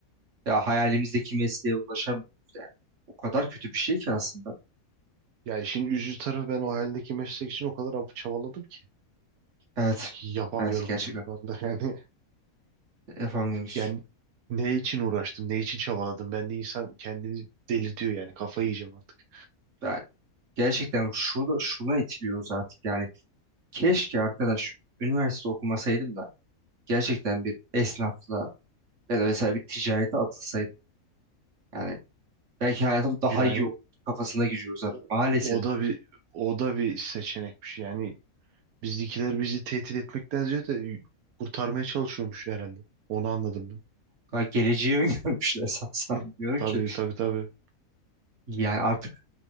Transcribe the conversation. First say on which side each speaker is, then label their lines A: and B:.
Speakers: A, on the right; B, on the right.
A: Ya hayalimizdeki mesleğe ulaşamıyoruz yani. O kadar kötü bir şey ki aslında.
B: Ya işin üzücü tarafı ben o haldeki meslek için o kadar av- çabaladım ki.
A: Evet.
B: Yapamıyorum
A: Evet gerçekten
B: ama şu anda <laughs> yani.
A: yapamıyoruz.
B: Yani ne için uğraştım, ne için çabaladım? Ben de insan kendini delirtiyor yani. Kafayı yiyeceğim artık.
A: Yani gerçekten şurada şuna itiliyoruz artık yani. Keşke arkadaş üniversite okumasaydım da gerçekten bir esnafla ya da mesela bir ticarete atılsaydım. Yani Belki hayatım daha
B: Yani
A: iyi olur kafasına giriyoruz zaten.
B: o,
A: Maalesef.
B: o da bir o da bir seçenekmiş. Yani bizdekiler bizi tehdit etmekten ziyade kurtarmaya çalışıyormuş herhalde. Onu anladım ben.
A: Ha, Geleceği öngörmüşler <laughs> sanırsam.
B: Hı,
A: Bilmiyorum
B: tabii
A: ki.
B: tabii tabii.
A: Yani artık